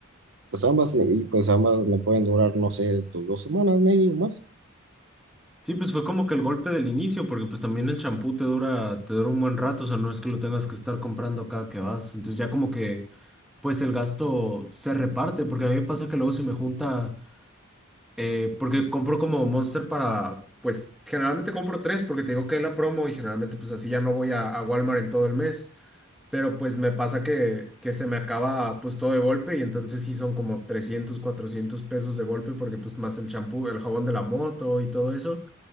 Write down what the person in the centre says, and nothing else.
Sí, pues fue como que el golpe del inicio, porque pues también el champú te dura, te dura un buen rato, o sea, no es que lo tengas que estar comprando cada que vas. Entonces ya como que, pues el gasto se reparte, porque a mí me pasa que luego se me junta. eh, porque compro como Monster para, pues generalmente compro tres porque te digo que es la promo y generalmente pues así ya no voy a, a Walmart en todo el mes, pero pues me pasa que, que se me acaba pues todo de golpe y entonces sí son como 300, 400 pesos de golpe porque pues más el champú, el jabón de la moto y todo eso,